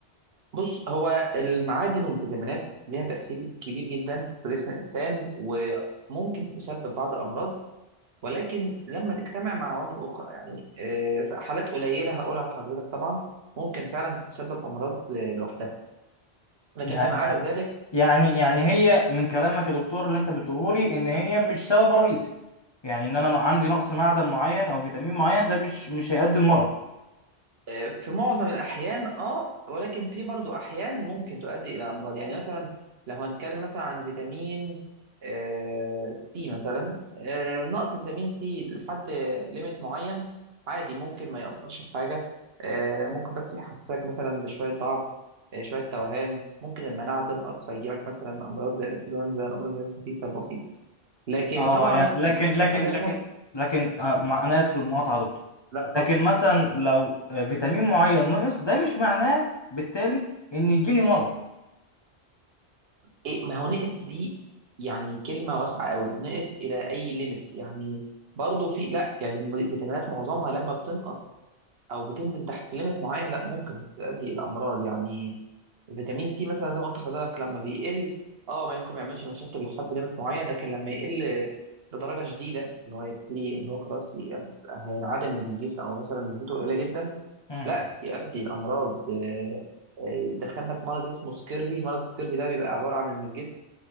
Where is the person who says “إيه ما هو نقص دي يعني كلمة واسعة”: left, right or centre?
Right